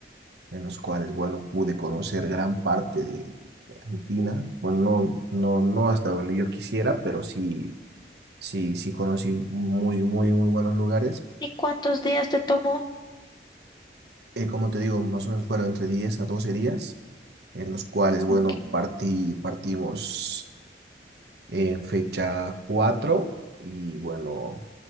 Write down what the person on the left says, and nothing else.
¿Y cuántos días te tomó?
Ok,